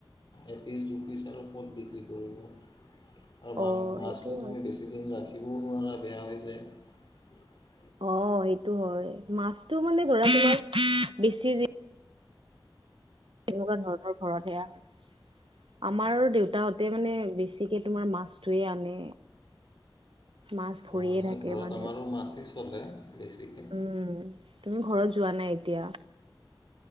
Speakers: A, on the left; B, on the right.
A: এপিচ দুপিচ আৰু ক'ত বিক্ৰী কৰিব আৰু
B: অ
A: মাং মাছটো
B: সেইটো হয়
A: তুমি বেছি দিন ৰাখি শিবও নোৱাৰা বেয়া হৈ যাই।
B: অ এইটো হয় মাছতটো মানে <unintelligible> ধৰা বেছি তেনেকুৱা ধৰণৰ ঘৰতহে আ। আমাৰ দেউতাহঁতে মানে বেছিকে তোমাৰ মাছ ধই আনে। মাছ ভৰিয়ে
A: অঁ, নাই
B: থাকে
A: ঘৰত
B: মানে,
A: আমাৰো মাছেই চলে বেছিকৈ
B: উম তুমি ঘৰত যোৱা নাই? দিয়া